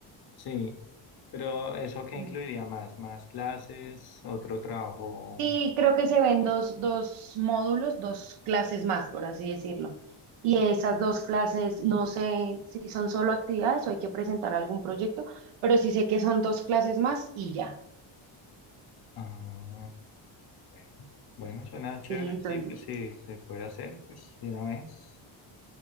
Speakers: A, on the left; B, on the right.
A: Sí, pero ¿eso qué
B: Mm,
A: incluiría más? ¿Más clases? ¿Otro trabajo
B: Sí, creo que se ven dos, dos módulos, dos clases más, por así decirlo. Y esas dos clases, no sé si son solo actividades o hay que presentar algún proyecto, pero sí sé que son dos clases más y ya.
A: Ah, bueno, bueno, suena chévere,
B: Sí, entonces
A: sí, pues sí, se puede hacer, pues de una vez.